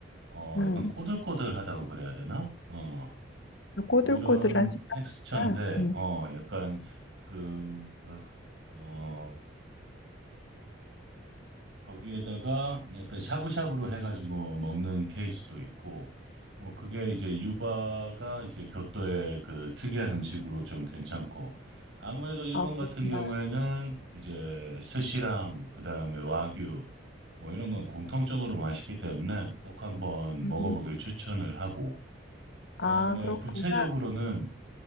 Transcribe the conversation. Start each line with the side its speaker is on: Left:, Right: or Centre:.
Right: 어,
Left: 응.
Right: 약간 꼬들꼬들하다고 그래야 되나? 어,
Left: 그 꼬들꼬들한
Right: 그런
Left: 식감이구나.
Right: 텍스처인데,
Left: 음.
Right: 어, 약간 그, 어, 거기에다가 약간 샤브샤브로 해가지고 먹는 케이스도 있고, 뭐 그게 이제 유바가 이제 교토의 그 특이한 음식으로 좀 괜찮고, 아무래도 일본
Left: 아, 그렇구나.
Right: 같은 경우에는 이제 스시랑 그다음에 와규 뭐 이런 건 공통적으로 맛있기 때문에 꼭 한번
Left: 음.
Right: 먹어보길 추천을 하고 그다음에
Left: 아, 그렇구나.
Right: 구체적으로는